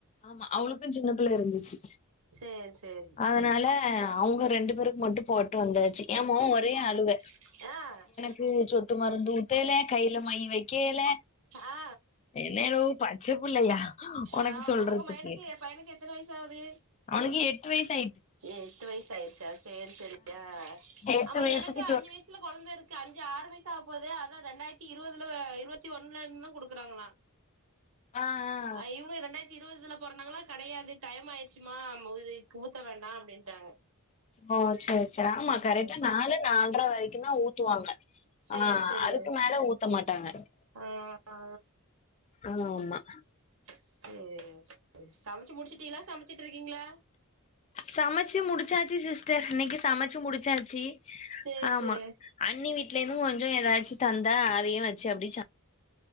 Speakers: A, on the left; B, on the right.
A: ஆமா அவங்களுக்கு சின்ன பிள்ள இருந்துச்சு
B: சேரி சேரி
A: அதுனால அவங்க ரெண்டு பேருக்கு மட்டு போட்டு வந்தாச்சு எ மொவ ஒரே அழுவ
B: ஆ
A: இதுக சொட்டு மருந்து ஊத்தேல கையில மை வக்கேல
B: ஆ
A: என்ன எளவு பச்சப்புள்ளையா உனக்கு
B: ஆ
A: சொல்றத்துக்கு
B: உங்க மயனுக்கு பையனுக்கு எத்தன வயசு ஆவுது
A: அவனுக்கு எட்டு வயசு ஆயிட்டு
B: எட்டு வயசு ஆயிடுச்சா செரி செரி ஆ
A: எட்டு
B: ஆமா
A: வயசுக்கு
B: எனக்கு
A: சொ
B: அஞ்சு வயசு வீட்ல கொழந்தை இருக்கு அஞ்சு ஆறு வயசு ஆவபோது அதா ரெண்டாயிருத்தி இருவதுல ஆ இருவத்தி ஒன்னுல இருந்து தான் குடுக்குறாங்களா
A: ஆஆ
B: ஆ இவுக ரெண்டாய் இருவதுல பொறதாங்களா கெடையாது டைம் ஆயிடுச்சுமா இது ஊத்த வேண்டா அப்டின்ட்டாங்க
A: ஓ சரி சரி ஆமா கரெக்டா
B: ஆ
A: நாலு நாலுரை வரைக்கும் தான் ஊத்துவாங்க
B: சேரி
A: ஆ
B: சேரி
A: அதுக்கு மேல ஊத்த மாட்டாங்க
B: ஆ ஆ
A: ஆமா
B: சேரி சேரி சமச்சு முடிச்சிட்டீங்களா சமச்சிட்டு இருக்கீங்களா
A: சமச்சு முடிச்சாச்சு சிஸ்டர் இன்னைக்கு சமச்சு முடிச்சாச்சு
B: சேர்
A: ஆமா
B: சேர்
A: அண்ணி வீட்லேந்தும் கொஞ்ச எதாச்சு தந்தா அதையு வச்சு அப்டி சாப்